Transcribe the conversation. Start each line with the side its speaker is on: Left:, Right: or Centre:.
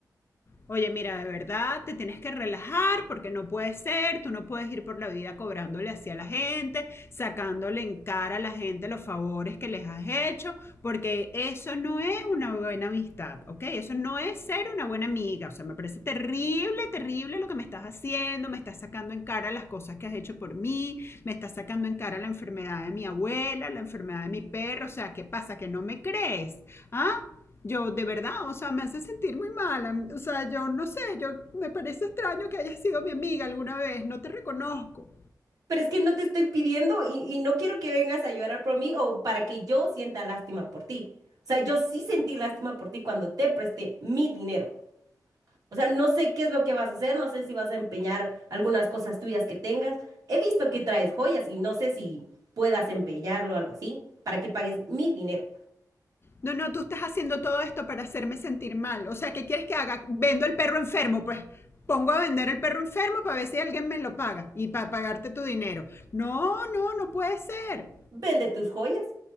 Left: Oye, mira, de verdad te tienes que relajar porque no puede ser, tú no puedes ir por la vida cobrándole así a la gente, sacándole en cara a la gente los favores que les has hecho, porque eso no es una buena amistad, ¿ok? Eso no es ser una buena amiga, o sea, me parece terrible, terrible lo que me estás haciendo, me estás sacando en cara las cosas que has hecho por mí, me estás sacando en cara la enfermedad de mi abuela, la enfermedad de mi perro, o sea, ¿qué pasa? ¿Que no me crees? ¿Ah? Yo, de verdad, o sea, me hace sentir muy mala. O sea, yo no sé, yo me parece extraño que hayas sido mi amiga alguna vez, no te reconozco.
Right: pero es que no te estoy pidiendo y, y no quiero que vengas a llorar por mí o para que yo sienta lástima por ti. O sea, yo sí sentí lástima por ti cuando te presté mi dinero. O sea, no sé qué es lo que vas a hacer, no sé si vas a empeñar algunas cosas tuyas que tengas. He visto que traes joyas y no sé si puedas empeñarlo o algo así para que pagues mi dinero.
Left: No, no, tú estás haciendo todo esto para hacerme sentir mal. O sea, ¿qué quieres que haga? Vendo el perro enfermo, pues pongo a vender el perro enfermo para ver si alguien me lo paga y para pagarte tu dinero. No, no, no puede ser.
Right: Vende tus joyas,